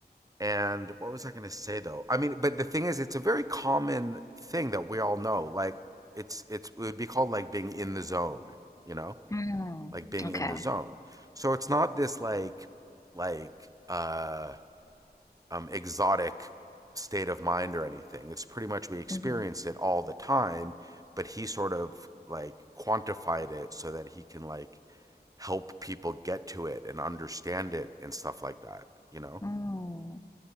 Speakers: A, on the right; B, on the left.
A: and what was I going to say though? I mean, but the thing is, it's a very common thing that we all know. Like it's it's it would be called like being in the zone, you know?
B: Mm,
A: like being
B: okay.
A: in the zone. So it's not this like like uh um exotic state of mind or anything. It's pretty much we experience
B: Mm,
A: it all the time, but he sort of like quantified it so that he can like help people get to it and understand it and stuff like that, you know?
B: mm,